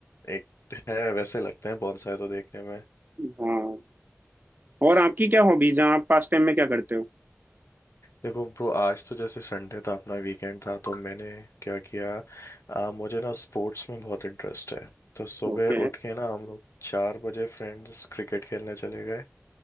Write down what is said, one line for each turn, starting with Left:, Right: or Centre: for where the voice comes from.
Left: एक है वैसे लगते हैं बॉन्साई तो देखने में
Right: हाँ और आपकी क्या हॉबीज हैं आप पास टाइम में क्या करते हो
Left: देखो ब्रो आज तो जैसे संडे था अपना वीकेंड था तो मैंने क्या किया आ, मुझे ना स्पोर्ट्स में बहुत इंटरेस्ट है तो सुबह
Right: ओके
Left: उठ के ना हम लोग चार बजे फ्रेंड्स क्रिकेट खेलने चले गए